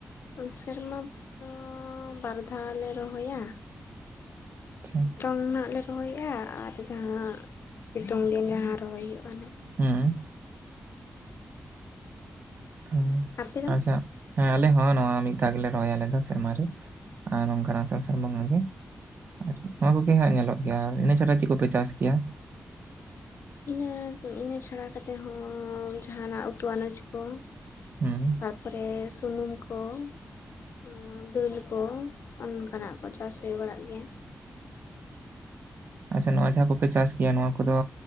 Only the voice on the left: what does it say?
ᱩᱸ ᱥᱮᱨᱢᱟ ᱵᱷᱩᱨ ᱫᱚ ᱵᱟᱨ ᱫᱷᱟᱣ ᱞᱮ ᱨᱚᱦᱚᱭᱟ᱾
ᱛᱚᱝ ᱱᱷᱟᱸᱜ ᱞᱮ ᱨᱚᱦᱚᱭᱮᱜᱼᱟ, ᱟᱨ ᱡᱟᱦᱟᱸ ᱥᱤᱛᱳᱝ ᱫᱤᱱ ᱡᱟᱦᱟᱸ ᱨᱚᱦᱚᱭ ᱦᱩᱭᱩᱜᱼᱟ ᱱᱷᱟᱸᱜ ᱾
ᱟᱯᱮ ᱫᱚ
ᱤᱱᱟᱹ ᱠᱚ ᱤᱱᱟᱹ ᱪᱷᱟᱲᱟ ᱠᱟᱛᱮ ᱦᱚᱸ ᱡᱟᱦᱟᱸᱱᱟᱜ ᱩᱛᱩ ᱟᱱᱟᱡᱽ ᱠᱚ
ᱯᱟᱨᱯᱚᱨᱮ ᱥᱩᱱᱩᱢ ᱠᱚ ᱦᱚᱸ ᱫᱟᱹᱞ ᱠᱚ ᱚᱱᱼᱚᱱᱠᱟᱱᱟᱜ ᱠᱚ ᱪᱟᱥ ᱦᱩᱭ ᱵᱟᱲᱟᱜ ᱜᱮᱭᱟ᱾